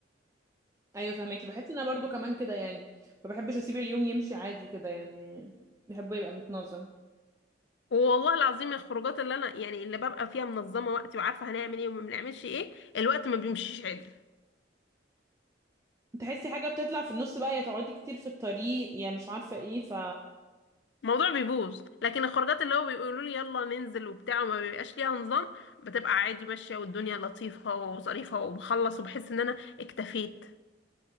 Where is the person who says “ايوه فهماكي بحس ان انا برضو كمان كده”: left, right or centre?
Right